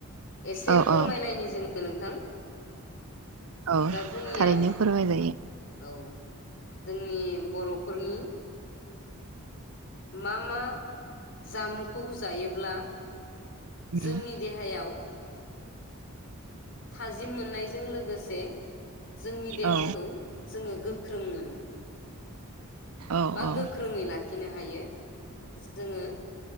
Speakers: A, on the left; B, on the right.
A: एसे
B: औ
A: फोरमायलायनि
B: औ
A: जोङो नोंथां
B: औ
A: दा जोंनिया
B: थारैनो फोरमाय जायो।
A: औ जोंनि बर'फोरनि मा मा जामुखौ जायोब्ला जोंनि
B: उम
A: देहायाव थाजिम मोननायजों लोगोसे जोंनि देहाखौ
B: औ
A: जोङो गो ख्रों मोनो
B: औ
A: बा
B: औ
A: गोख्रोङै ला खिनो हायो जोङो